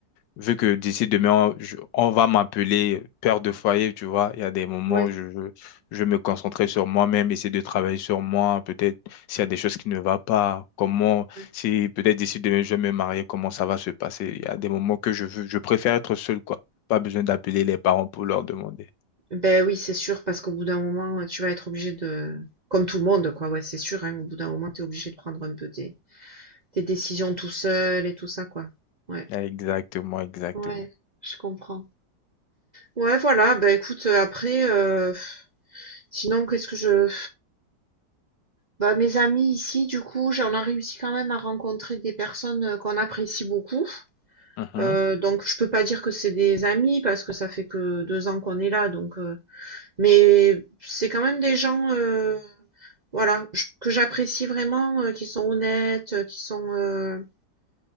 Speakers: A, on the left (about 80°); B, on the right (about 45°).
A: vu que d'ici demain, je- on va m'appeler père de foyer, tu vois, il y a des moments
B: ouais,
A: où je, je, je vais me concentrer sur moi-même, essayer de travailler sur moi. Peut-être s'il y a des choses qui ne vont pas, comment,
B: ouais.
A: si peut-être d'ici demain je vais me marier, comment ça va se passer. Il y a des moments que je veux, je préfère être seul, quoi. Pas besoin d'appeler les parents pour leur demander.
B: Beh, oui, c'est sûr, parce qu'au bout d'un moment, heu, tu vas être obligé de comme tout le monde, quoi, ouais, c'est sûr, hein, au bout d'un moment, t'es obligé de prendre un peu tes tes décisions tout seul et tout ça, quoi. Ouais,
A: Exactement, exactement.
B: ouais, je comprends. Ouais, voilà, Ben écoute, heu, après, heu, sinon qu'est-ce que je bah, mes amis ici, du coup, j'en a réussi quand même à rencontrer des personnes, heu, qu'on apprécie beaucoup.
A: Mhm.
B: Heu, donc je peux pas dire que c'est des amis parce que ça fait que 2 ans qu'on est là donc heu, mais c'est quand même des gens, heu, voilà, j que j'apprécie vraiment, heu, qui sont honnêtes, heu, qui sont, heu,